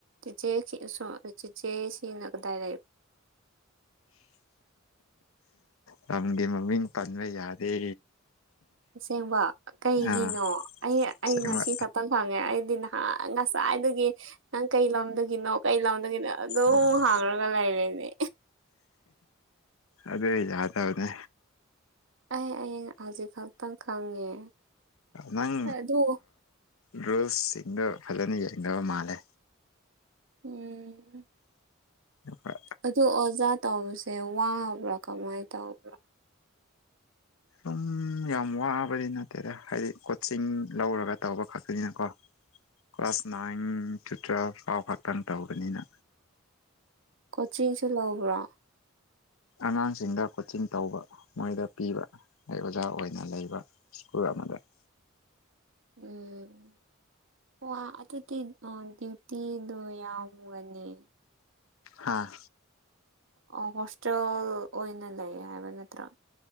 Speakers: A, on the right; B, on the left.
A: ꯦ ꯁꯤꯅꯗꯥ ꯂꯩ
B: ꯂꯝꯝꯗꯤ ꯃꯃꯤꯡ ꯄꯟꯕ ꯌꯥꯗꯦ
A: ꯑꯁꯦꯡꯕ ꯀꯩꯒꯤꯅꯣ
B: ꯑꯥ
A: ꯑꯩ ꯑꯩ
B: ꯑꯁꯦꯡꯕ
A: ꯉꯁꯤ ꯈꯛꯇꯪ ꯈꯪꯉꯦ ꯑꯩꯗꯤ ꯅ ꯉꯁꯥꯏꯗꯒꯤ ꯅꯪ ꯀꯩ ꯂꯣꯝꯗꯒꯤꯅꯣ ꯀꯩ ꯂꯣꯝꯗꯒꯤꯅꯣ ꯑꯗꯨꯝ
B: ꯑꯥ
A: ꯍꯥꯡꯉꯒ ꯂꯩꯔꯦꯅꯦ
B: ꯑꯗꯦ ꯌꯥꯗꯎꯗꯦ
A: ꯑꯩ ꯍꯌꯡ ꯍꯧꯖꯤꯛ ꯈꯛꯇꯪ ꯈꯪꯉꯦ
B: ꯅꯪ
A: ꯑꯗꯨ
B: ꯔꯨꯜꯁꯁꯤꯡꯗꯣ ꯐꯖꯅ ꯌꯦꯡꯗꯕ ꯃꯥꯜꯂꯦ
A: ꯎꯝ
B: ꯑ
A: ꯑꯗꯨ ꯑꯣꯖꯥ ꯇꯧꯕꯁꯦ ꯋꯥꯕ꯭ꯔꯥ ꯀꯃꯥꯏ ꯇꯧꯕ꯭ꯔꯥ
B: ꯑꯗꯨꯝ ꯌꯥꯝ ꯋꯥꯕꯗꯤ ꯅꯠꯇꯦꯗ ꯍꯥꯏꯗꯤ ꯀꯣꯆꯤꯡ ꯂꯧꯔꯒ ꯇꯧꯕ ꯈꯛꯇꯅꯤꯅꯀꯣ ꯀ꯭ꯂꯥꯁ ꯅꯥꯏꯟ ꯇꯨ ꯇꯨꯋꯜꯐ ꯐꯥꯎ ꯈꯛꯇꯪ ꯇꯧꯕꯅꯤꯅ
A: ꯀꯣꯆꯤꯡꯁꯨ ꯂꯧꯕ꯭ꯔꯣ
B: ꯑꯉꯥꯡꯁꯤꯡꯗ ꯀꯣꯆꯤꯡ ꯇꯧꯕ ꯃꯣꯏꯗ ꯄꯤꯕ ꯑꯩ ꯑꯣꯖꯥ ꯑꯣꯏꯅ ꯂꯩꯕ ꯁ꯭ꯀꯨꯜ ꯑꯃꯗ <inaudible>
A: ꯎꯝ ꯑꯣ ꯑꯗꯨꯗꯤ ꯗ꯭ꯌꯨꯇꯤꯗꯨ ꯌꯥꯝꯒꯅꯤ
B: ꯍꯥꯥ
A: ꯑꯣ ꯍꯣꯁꯇꯦꯜ ꯑꯣꯏꯅ ꯂꯩ ꯍꯥꯏꯕ ꯅꯇ꯭ꯔꯣ